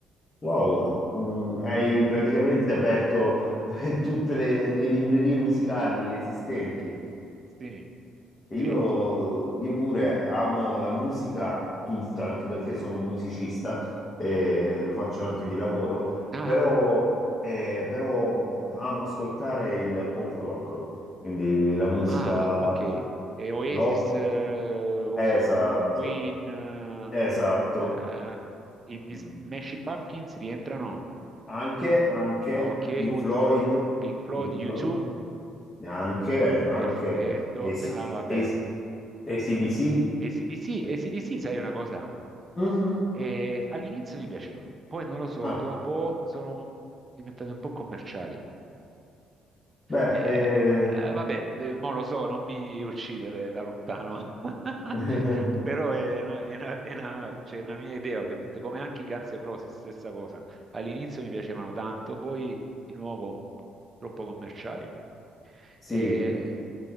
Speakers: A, on the left; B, on the right.
A: wow, Mm, hai praticamente aperto <laughs> tutte le, le librerie musicali esistenti.
B: Sì,
A: E
B: sì.
A: Io, io pure amo la musica tutta, anche perché sono un musicista e lo faccio anche di lavoro,
B: Ah,
A: però, eh, però amo ascoltare il pop rock, quindi la musica
B: ah, ok. E Oasis
A: rock.
B: eh, o
A: Esatto,
B: Queen, eh,
A: esatto.
B: eh, i- gli
A: Mm,
B: Smashing Pumpkins rientrano.
A: Anche, anche
B: Ok,
A: Pink
B: U-
A: Floyd,
B: Pink Floyd,
A: Pink
B: U2,
A: Floyd, anche, anche
B: perfetto.
A: AC,
B: Beh, ah, vabbè.
A: AC, AC/DC.
B: AC/DC,
A: Eh,
B: AC/DC, sai una cosa?
A: mhm.
B: Eh, all'inizio mi piacevano, poi non lo so,
A: Ah,
B: dopo sono diventate un po' commerciali.
A: beh,
B: Eh,
A: eh,
B: eh, vabbè, eh, mo lo so, non mi uccidere da lontano, <laughs>
A: <laughs>
B: però è una, è una- è una- cioè, è una mia idea, ovviamente, come anche i Guns N' Roses, stessa cosa. All'inizio mi piacevano tanto, poi di nuovo troppo commerciali.
A: sì,
B: E,